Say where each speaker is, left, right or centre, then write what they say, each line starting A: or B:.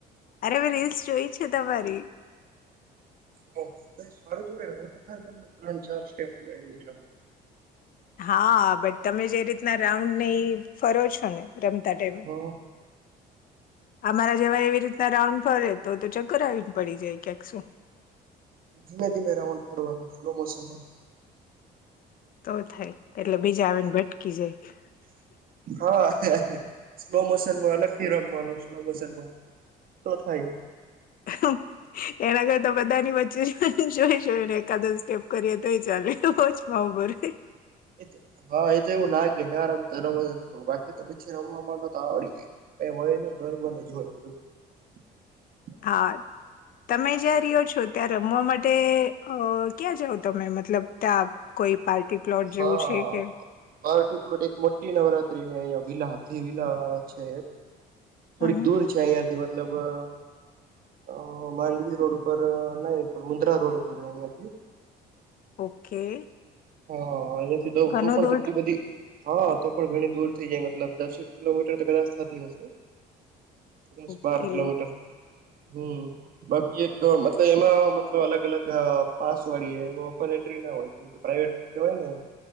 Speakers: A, on the left (about 55°); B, on the right (about 60°).
A: અરે મેં રીલ્સ જોઈ છે તમારી.
B: હું કઈ સારું થોડી રમું હું તો ખાલી મતલબ ત્રણ ચાર સ્ટેપ હો એવું જ રમું.
A: હા બટ તમે જે રીતના રાઉન્ડ ને ઈ ફરો છો ને. રમતા ટાઈમે
B: હો.
A: અમારા જેવા એવી રીતના રાઉન્ડ ફરે તો તો ચક્કર આવીને પડી જાય ક્યાક શું.
B: ધીમે-ધીમે રાઉન્ડ ફરવાનું સ્લો મોશનમાં.
A: તો થાય એટલે બીજા આવીને ભટકી જાય.
B: હા સ્લો મોશનમાં અલગથી રમવાનું સ્લો મોશનમાં તો થાય.
A: હા એના કરતા બધાની વચ્ચે જોઈ જોઈને કદાચ સ્ટેપ કરીએ તોય ચાલે વચમાં ઉભું રઈ.
B: એ તો હા એ તો એવું લાગે ના રમવ તાં રમવા જાઓ બાકી તો પછી રમવા માંડો તો આવડી જાય કઈ હોય નઈ નોર્મલ જ હોય બધું. <inaudible>
A: હા તમે જ્યાં રહ્યો છો ત્યાં રમવા માટે અ ક્યાં જાઓ તમે મતલબ ત્યાં કોઈ પાર્ટી પ્લોટ જેવું
B: હા
A: છે કે.
B: પાર્ટી પ્લોટ એક મોટી નવરાત્રીની અહિયાં વિલા હતી એ વિલા છે એક. થોડીક
A: હમ હમ
B: દૂર છે અહીંયાથી મતલબ અ. અ માંડવી રોડ ઉપર નહી પણ મુન્દ્રા રોડ ઉપર અહિયાંથી.
A: ઓકે.
B: હા અહીયાયાથી દઉ
A: ઘણો
B: તોું પણ
A: દૂર
B: કેટલી બધી હા તો પણ ઘણી દૂર થઇ જાય મતલબ દસેક કિલોમીટર તો કદાચ થતી હશે દસ
A: ઓકે
B: બાર કિલોમીટર હમ બાકી એક મતલબ એમાં મતલબ અલગ- અલગ પાસ વાળી એમાં ઓપન એન્ટ્રી હોય કેમ કે પ્રાઈવેટ કેવાય ને